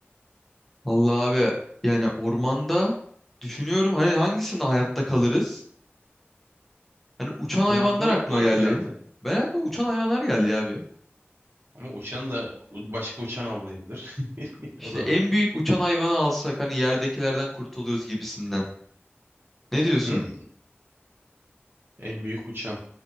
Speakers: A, in the centre; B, on the right.
A: Vallahi abi yani ormanda düşünüyorum hani hangisinde hayatta kalırız? Hani uçan hayvanlar
B: benim aklıma
A: aklıma
B: ilk goril
A: geldi.
B: geldi.
A: Ben aklıma uçan hayvanlar geldi ya abi.
B: Ama uçan da başka uçan avlayabilir. <laughs>
A: İşte
B: O da
A: en
B: var.
A: büyük uçan hayvanı alsak hani yerdekilerden kurtuluruz gibisinden. Ne diyorsun?
B: Hmm, en büyük uçan.